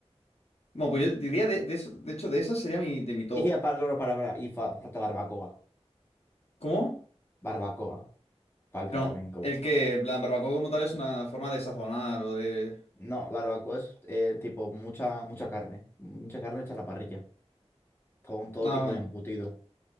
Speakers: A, on the left; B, on the left.
A: Bueno, pues yo diría de, de eso, de hecho, de esa sería mi, de mi top.
B: Y aparte, no, no, para, para, y fa- falta barbacoa.
A: ¿Cómo?
B: Barbacoa. Falta
A: No,
B: también como.
A: el que, en plan, barbacoa como tal es una forma de sazonar o de...
B: No, barbacoa es eh, tipo mucha, mucha carne. Mucha carne hecha a la parrilla. Con todo
A: No,
B: tipo de
A: no.
B: embutido.